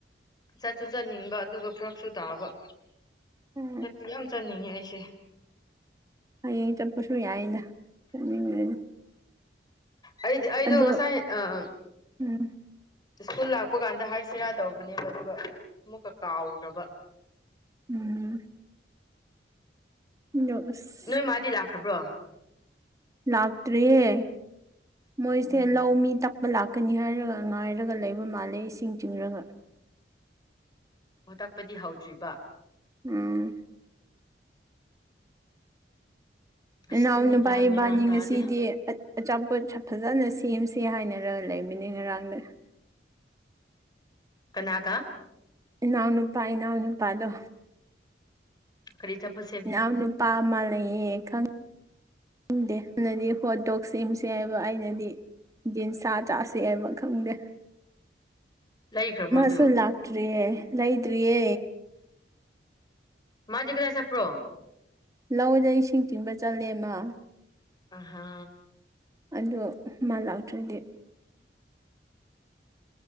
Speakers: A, on the left (about 25°); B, on the right (about 20°).
A: ꯆꯠꯁꯨ ꯆꯠꯅꯤꯡꯕ ꯑꯗꯨꯒ ꯐ꯭ꯔꯛꯁꯨ ꯇꯥꯕ
B: ꯎꯝ
A: ꯆꯠꯇꯤ ꯌꯥꯝ ꯆꯠꯅꯤꯡꯉꯦ ꯑꯩꯁꯦ
B: ꯍꯌꯦꯡ ꯆꯠꯄꯁꯨ ꯌꯥꯑꯦꯗ ꯆꯠꯅꯤꯡꯉꯗꯤ
A: ꯑꯩꯗꯤ ꯑꯩꯗꯣ
B: ꯑꯗꯣ
A: ꯉꯁꯥꯏ ꯑ
B: ꯎꯝ
A: ꯁ꯭ꯀꯨꯜ ꯂꯥꯛꯄ ꯀꯥꯟꯗ ꯍꯥꯏꯁꯤꯔꯥ ꯇꯧꯕꯅꯦꯕ ꯑꯗꯨꯒ ꯑꯃꯨꯛꯀ ꯀꯥꯎꯈ꯭ꯔꯕ
B: ꯎꯝ <unintelligible>
A: ꯅꯣꯏ ꯃꯥꯗꯤ ꯂꯥꯛꯈ꯭ꯔꯕ꯭ꯔꯣ
B: ꯂꯥꯛꯇ꯭ꯔꯤꯌꯦ ꯃꯣꯏꯁꯦ
A: ꯎꯝ
B: ꯂꯧ ꯃꯤ ꯇꯛꯄ ꯂꯥꯛ ꯀꯅꯤ ꯍꯥꯏꯔꯒ ꯉꯥꯏꯔꯒ ꯂꯩꯕ ꯃꯥꯜꯂꯦ ꯏꯁꯤꯡ ꯆꯤꯡꯔꯒ
A: ꯍꯣꯇꯛꯄꯗꯤ ꯍꯧꯗ꯭ꯔꯤꯕ
B: ꯎꯝ
A: ꯑꯁ
B: ꯏꯅꯥꯎ
A: ꯑꯗꯨꯅ
B: ꯅꯨꯄꯥ
A: ꯒ꯭ꯌꯥꯟ
B: ꯏꯕꯥꯅꯤ
A: ꯃꯦꯟꯃꯥꯟ ꯇꯥꯗꯦ
B: ꯉꯁꯤꯗꯤ ꯑꯆꯥꯄꯣꯠ ꯐꯖꯥꯅ ꯁꯦꯝꯁꯦ ꯍꯥꯏꯅꯔ ꯂꯩꯕꯅꯦ ꯉꯔꯥꯡꯗ
A: ꯀꯅꯥꯒꯥ
B: ꯏꯅꯥꯎ ꯅꯨꯄꯥ ꯏꯅꯥꯎ ꯅꯨꯄꯥꯗꯣ
A: ꯀꯔꯤ ꯆꯥꯄꯥꯁꯦ
B: ꯏꯅꯥꯎ ꯅꯨꯄꯥ ꯃ ꯂꯩꯌꯦ ꯈꯪ ꯏꯪꯗꯦ ꯑꯗꯨꯅꯗꯤ ꯍꯣꯠ ꯗꯣꯛ ꯁꯦꯝꯁꯦ ꯍꯥꯏꯕ ꯑꯩꯅꯗꯤ ꯌꯦꯟꯁꯥ ꯆꯥꯥꯁꯦ ꯍꯥꯏꯕ ꯈꯪꯗꯦ
A: ꯂꯩꯈ꯭ꯔꯕ꯭ꯔꯣ
B: ꯃꯥꯁꯨ
A: ꯑꯗꯨ
B: ꯂꯥꯛꯇ꯭ꯔꯤꯌꯦ ꯂꯩꯗ꯭ꯔꯤꯌꯦ
A: ꯃꯥꯗꯤ ꯀꯔꯥꯏ ꯆꯠꯄ꯭ꯔꯣ
B: ꯂꯧꯗ ꯏꯁꯤꯡ ꯆꯤꯡꯕ ꯆꯠꯂꯦ ꯃꯥ
A: ꯑꯍꯥ
B: ꯑꯗꯨ ꯃꯥ ꯂꯥꯛꯇ꯭ꯔꯗꯤ